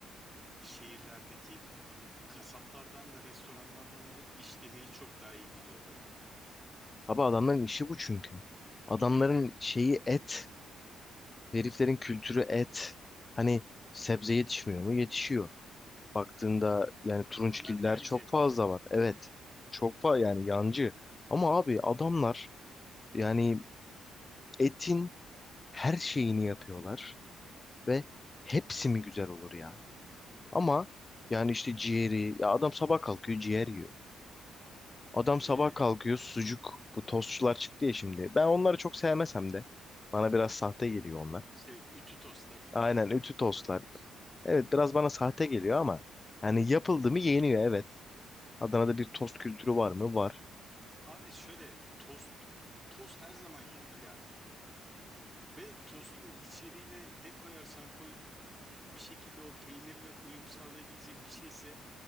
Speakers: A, in the centre; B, on the left.
A: şehirlerdeki kasaplardan da restoranlardan da işlemeyi çok daha iyi biliyorlar abi.
B: Abi adamların işi bu çünkü. Adamların
A: Evet.
B: şeyi et, heriflerin kültürü et. Hani sebze yetişmiyor mu? Yetişiyor. Baktığında yani turunçgiller
A: Onlar yancı.
B: çok fazla var. Evet. Çok fazla yani yancı. Ama abi adamlar yani etin her şeyini yapıyorlar ve hepsi mi güzel olur ya? Ama yani işte ciğeri, ya adam sabah kalkıyor ciğer yiyor. Adam
A: E,
B: sabah kalkıyor sucuk, bu tostçular çıktı ya şimdi. Ben onları çok sevmesem de bana biraz sahte geliyor onlar.
A: şey ütü tostlar falan
B: Aynen
A: filan
B: ütü tostlar.
A: onları bilir.
B: Evet biraz bana sahte geliyor ama hani yapıldı mı yeniyor evet. Adana'da bir tost kültürü var mı? Var.
A: Abi şöyle tost tost her zaman yenir ya. Ve tostun içeriğine ne koyarsan koy bir şekilde o peynirle uyum sağlayabilecek bir şeyse